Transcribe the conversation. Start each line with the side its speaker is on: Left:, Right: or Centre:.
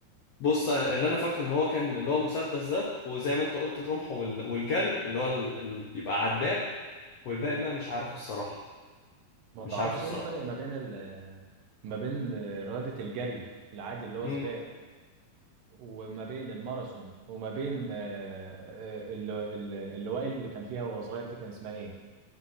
Left: بص أنا- اللي انا فاكره ان هو كان اللي هو مسدس ده وزي ما انت قلت الرمح وال... والجري اللي هو ال... ال... يبقى عداء والباقي بقى مش عارفه الصراحة
Right: ما
Left: مش
Right: تعرفش
Left: عارفه الصراحة
Right: ايه الفرق ما بين ال ما بين آه، رياضه الجري العادي اللي هو
Left: امم
Right: سباق وما بين الماراثون وما بين آه، آه، اللي اللي اللي وائل اللي كان فيها وهو صغير دي كان اسمها ايه